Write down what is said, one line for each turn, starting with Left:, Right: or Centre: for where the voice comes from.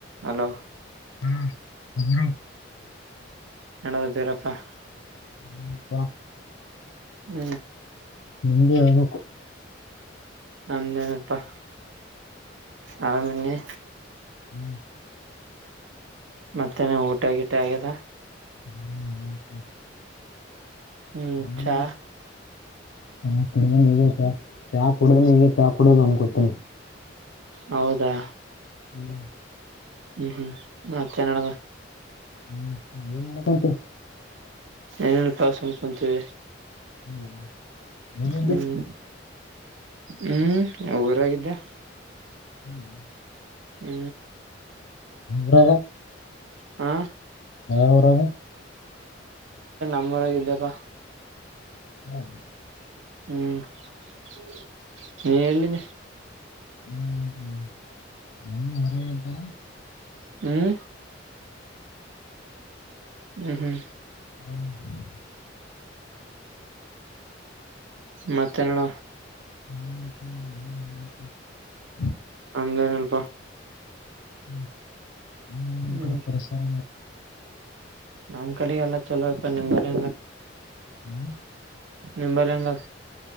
Right: Hello
Left: ಹ್ಮ ಹ
Right: ನನದ್ದೀರಪ್ಪಾ
Left: ಹ್ಮ ಹ್ಮ ಹಾ
Right: ಹ್ಮ್
Left: ನಿಜ ನ
Right: ನಮ್ದೇನಪ್ಪಾ ಅವರಾಮನ್ನಿ
Left: ಹ್ಮ್
Right: ಮತ್ತೆನ ಊಟ ಗಿಟ ಆಗ್ಯದ
Left: ಹ್ಮ್ ನಳ
Right: ಹ್ಮ್
Left: ಹ
Right: ಚಾ
Left: ಮಾಡ ಹ ಕು ನೀಯತಾ ಕುಡ ಈಗ ಚಾ ಕುಡ ಅಂದಕೊತೀನಿ
Right: ಹೌದಾ
Left: ಹ್ಮ
Right: ಹ್ಮ್ ಹ್ಮ್ ಮತ್ತೆ ನಡದ
Left: ಹ್ಮ್ಂತೆ <unintelligible>
Right: ಏನೇನು ಪಸ್ ಹಮ್ಕೊಂತೀವಿ
Left: ಹ್ಮ ಮೇನುಟ
Right: ಹ್ಮ್
Left: <unintelligible>
Right: ಹ್ಮ್ ಉರಗಿದ್ದೆ
Left: ಹ್ಮ್
Right: ಹ್ಮ್
Left: ಹ್ರ <unintelligible>
Right: ಹ
Left: ಅವರಾಮ
Right: ಂಬರಗಿದ್ದಪ್ಪ
Left: ಹ್ಮ
Right: ಹ್ಮ್ ಹ <unintelligible> ನೀ ಎಲ್ಲಿದ್ದ
Left: ಹ್ಮ್್ಮ ಇನ್ನೂ ಹೊರಗೆ್ದಾ <unintelligible>
Right: ಹ್ಮ್ ಹ್ಮ್ ಹ್ಮ್
Left: ಹ್ಮ <unintelligible>
Right: ಮತ್ತೆ ನೋಡ
Left: ಹ್ಮ್ ಹ್ಮ್ ಹ್ಮ ಹ
Right: ನಮ್ದೇನಲ್ಪ
Left: ಹ್ಮ್ ಹ್ಮ್ೂಡೆ
Right: ಹ್ಮ್
Left: ಪಷರ
Right: ನಮ್ ಕಡೆ ಎಲ್ಲ ಚಲೋ ಇಪ್ಪ ನಿಮ್ಗಂಗ
Left: ಹ್ಮ್
Right: ನಿಂಬಯಂಗ